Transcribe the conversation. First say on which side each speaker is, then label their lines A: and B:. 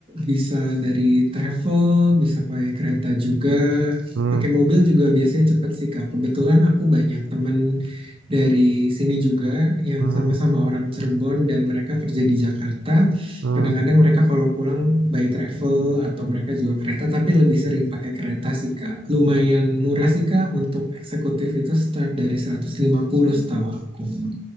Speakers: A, on the right; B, on the right.
A: bisa dari travel, bisa pakai kereta juga,
B: hmm,
A: pakai mobil juga biasanya cepet sih Kak. Kebetulan aku banyak temen dari sini juga yang
B: hmm,
A: sama-sama orang Cirebon dan mereka kerja di Jakarta.
B: hmm,
A: Kadang-kadang mereka kalau pulang by travel atau mereka juga kereta, tapi lebih sering pakai kereta sih Kak. Lumayan murah sih Kak untuk eksekutif itu start dari 150 setahu aku.